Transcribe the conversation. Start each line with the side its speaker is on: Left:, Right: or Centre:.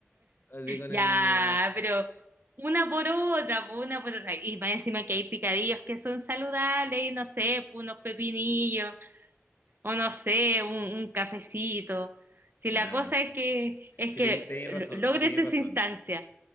Left: Así con
Right: Ya,
Left: el. eh,
Right: pero una por otra, po, una por otra. Y más encima que hay picadillos que son saludables y no sé, po, unos pepinillos, o no sé, un, un cafecito. Si
Left: Ya.
Right: la cosa es que es
Left: Sí,
Right: que
Left: teni- tenéis
Right: eh,
Left: razón,
Right: lo- logres
Left: sí tenéis
Right: esa
Left: razón.
Right: instancia.